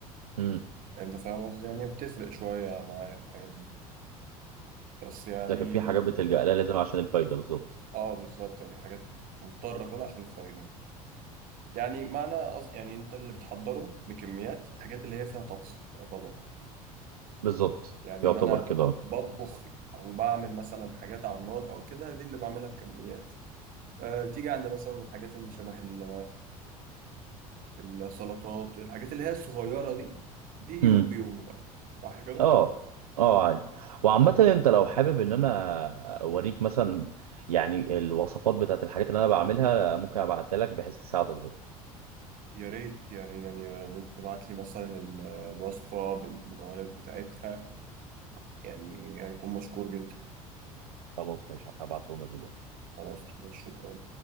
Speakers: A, on the right; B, on the right.
A: امم
B: يعني انت فاهم قصدي يعني بتفرق شوية معايا في الحاجات دي بس يعني
A: لكن في حاجات بتلجأ لها لازم عشان الفايدة بالظبط
B: اه بالظبط يعني حاجات مضطر اكلها عشان الفايدة يعني معنى قصد يعني انت اللي بتحضره بكميات الحاجات اللي هي فيها طبخ طبعا
A: بالظبط
B: يعني
A: يعتبر
B: ان انا
A: كده
B: بطبخ او بعمل مثلا حاجات على النار او كده دي اللي بعملها بكميات أه تيجي عند مثلا الحاجات اللي شبه ال- السلطات الحاجات اللي هي الصغيرة دي دي يوم
A: امم
B: بيومه بقى صح كده؟
A: اه اه عادي وعامة انت لو حابب ان انا اوريك مثلا يعني الوصفات بتاعت الحاجات اللي انا بعملها ممكن ابعتها لك بحيث تساعدك برضه
B: يا ريت يعني يعني لو تبعت لي مثلا ال- الوصفة بالمكونات بتاعتها يعني هيكون مشكور جدا
A: خلاص ماشي هبعتهم لك دلوقتي
B: خلاص شكرا